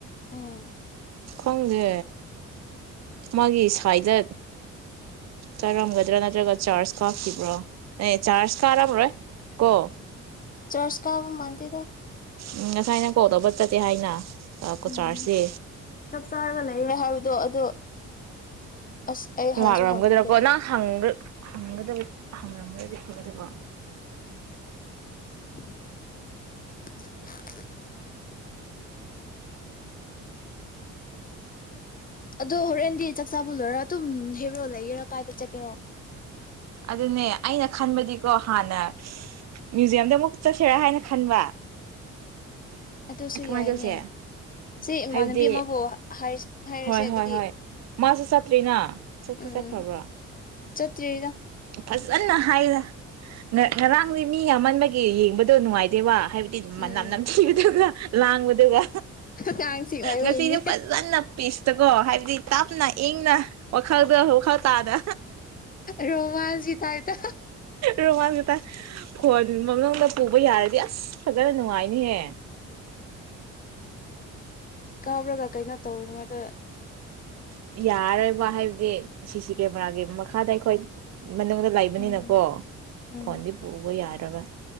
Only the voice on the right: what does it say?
ꯈꯪꯗꯦ ꯃꯥꯒꯤ ꯁꯥꯏꯗ ꯆꯥꯔꯝꯒꯗ꯭ꯔꯥ ꯅꯠꯇ꯭ꯔꯒ ꯆꯥꯔꯖ ꯀꯥꯞꯈꯤꯕ꯭ꯔꯣ ꯑꯦ ꯆꯥꯔꯖ ꯀꯥꯔꯝꯃꯔꯣꯏ ꯀꯣ
ꯎꯝ ꯉꯁꯥꯏꯅ ꯀꯣꯜ ꯇꯧꯕ ꯆꯠꯇꯦ ꯍꯥꯏꯅ ꯀꯣꯆꯥꯔꯁꯦ
ꯋꯥꯔꯝꯒꯗ꯭ꯔꯀꯣ
ꯅ ꯍꯪ ꯍꯪꯒꯗꯕ ꯍꯪꯉꯝꯃꯒꯗꯤ ꯐꯒꯗꯕ
ꯑꯗꯨꯅꯦ ꯑꯩꯅ ꯈꯟꯕꯗꯤ ꯀꯣ ꯍꯥꯟꯅ ꯃ꯭ꯌꯨꯖꯤꯌꯝꯗ ꯑꯃꯨꯛ ꯆꯠꯁꯦꯔꯥ ꯍꯥꯏꯅ ꯈꯟꯕ
ꯀꯃꯥꯏꯅ
ꯇꯧꯁꯦ
ꯍꯥꯏꯕꯗꯤ
ꯍꯣꯏ
ꯍꯣꯏ ꯍꯣꯏ ꯃꯥꯁꯨ ꯆꯠꯇ꯭ꯔꯤꯅ ꯆꯠꯇꯤ
ꯆꯠꯈ꯭ꯔꯕ꯭ꯔꯣ
ꯐꯖꯅ ꯍꯥꯏꯔ ꯉꯔꯥꯡꯗꯤ ꯃꯤ ꯌꯥꯝꯃꯟꯕꯒꯤ ꯌꯦꯡꯕꯗ ꯑꯗꯨꯣ ꯅꯨꯡꯉꯥꯏꯗꯦꯕ ꯍꯥꯏꯕꯗꯤ
ꯃꯅꯝ ꯅꯝꯊꯤꯕꯗꯨꯒ ꯂꯥꯡꯕꯗꯨꯒ
ꯉꯁꯤꯁꯦ ꯐꯖꯅ ꯄꯤꯁꯇꯀꯣ ꯍꯥꯏꯕꯗꯤ ꯇꯞꯅ ꯏꯪꯅ ꯋꯥꯈꯜꯗꯣ ꯋꯥꯈꯜ ꯇꯥꯅ
ꯔꯣꯃꯥꯟ ꯇ ꯐꯣꯟꯕ ꯄꯨꯕ ꯌꯥꯔꯗꯤ ꯑꯁ ꯐꯖꯅ ꯅꯨꯡꯉꯥꯏꯅꯤꯍꯦ
ꯌꯥꯔꯣꯏꯕ ꯍꯥꯏꯕꯗꯤ ꯁꯤ ꯁꯤ ꯀꯦꯃꯦꯔꯥꯒꯤ ꯃꯈꯥꯗ ꯑꯩꯈꯣꯏ ꯃꯅꯨꯡꯗ ꯂꯩꯕꯅꯤꯅꯀꯣ
ꯐꯣꯟꯗꯤ ꯄꯨꯕ ꯌꯥ ꯇꯕ